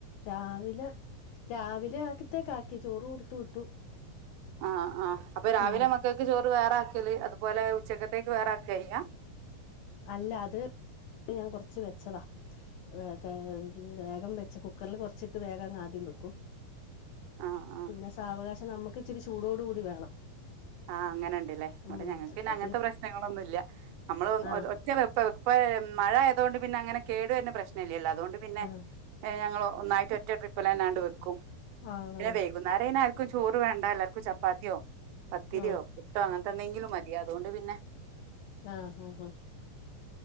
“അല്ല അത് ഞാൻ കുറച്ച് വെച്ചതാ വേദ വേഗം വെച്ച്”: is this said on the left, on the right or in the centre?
Left